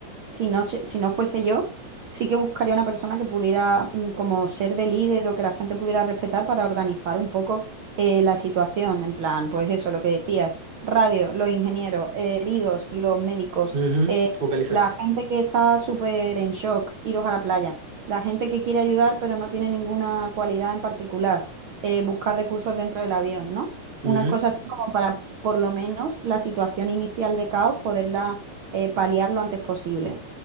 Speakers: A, on the right; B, on the right.
A: si no, se- si no fuese yo, sí que buscaría una persona que pudiera mm, como ser de líder o que la gente pudiera respetar para organizar un poco eh, la situación, en plan, pues eso, lo que decías, radio, los ingenieros, eh, heridos, los médicos,
B: Ujú,
A: eh,
B: Focalizar.
A: la gente que está súper en shock, iros a la playa, la gente que quiere ayudar pero no tiene ninguna cualidad en particular, eh, buscar recursos dentro del avión, ¿no? Una
B: Ujú,
A: cosa así como para, por lo menos, la situación inicial de caos, poderla eh, paliar lo antes posible.